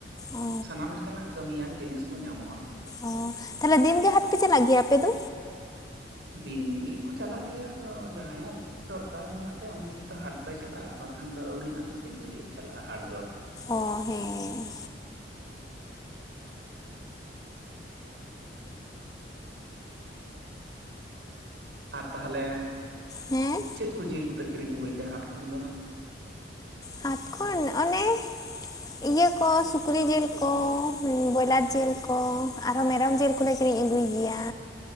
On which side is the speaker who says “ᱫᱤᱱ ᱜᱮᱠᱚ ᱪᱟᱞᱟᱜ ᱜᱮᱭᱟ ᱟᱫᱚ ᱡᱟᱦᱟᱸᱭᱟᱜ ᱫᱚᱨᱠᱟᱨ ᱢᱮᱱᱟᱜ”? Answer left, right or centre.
Right